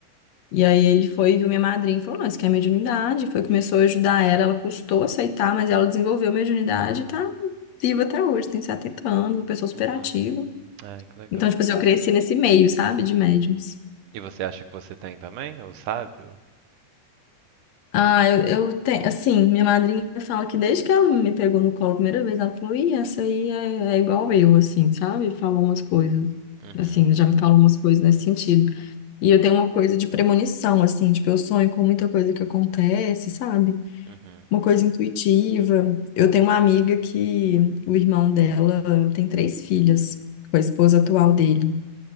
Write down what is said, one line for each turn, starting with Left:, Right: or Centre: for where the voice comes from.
Left: E aí ele foi, viu minha madrinha e falou, não, isso aqui é mediunidade. Foi, começou a ajudar ela, ela custou aceitar, mas ela desenvolveu mediunidade e tá viva até hoje, tem 70 anos, uma pessoa superativa.
Right: Uhum. Ai, que legal.
Left: Então, tipo assim, eu cresci nesse meio, sabe, de médiums.
Right: E você acha que você tem também? Ou sabe? Ou...
Left: Ah, eu, eu tenho, assim, minha madrinha fala que desde que ela me pegou no colo a primeira vez, ela falou, ih, essa aí é, é igual eu, assim, sabe? Falou umas coisas,
Right: Uhum,
Left: assim, já me falou umas coisas nesse sentido. E eu tenho uma coisa de premonição, assim, tipo, eu sonho com muita coisa que acontece, sabe?
Right: uhum.
Left: uma coisa intuitiva. Eu tenho uma amiga que o irmão dela tem três filhas com a esposa atual dele.